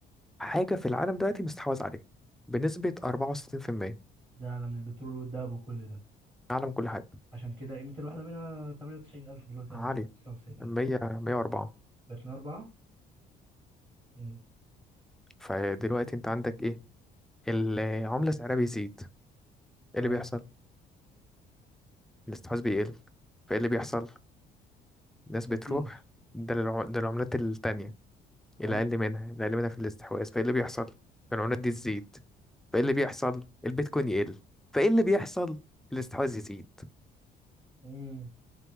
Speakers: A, in the centre; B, on the right.
A: حاجه في العالم دلوقتي مستحوذ عليها بنسبه 64%
B: ده عالم البترول والذهب وكل ده
A: اعلى من كل حاجه
B: عشان كده قيمه الواحده منها 98000 دلوقتي
A: عالي
B: او 99000
A: 100 104
B: بقت من اربعه امم
A: فدلوقتي انت عندك ايه العمله سعرها بيزيد ايه
B: اه
A: اللي بيحصل الاستحواذ بيقل فايه اللي بيحصل الناس
B: فبتنزل
A: بتروح ده للع- ده للعملات التانية اللي
B: اه
A: اقل منها اللي اقل منها في الاستحواذ فايه اللي بيحصل العملات دي تزيد فايه اللي بيحصل البيتكوين يقل فايه اللي بيحصل الاستحواذ يزيد
B: مم.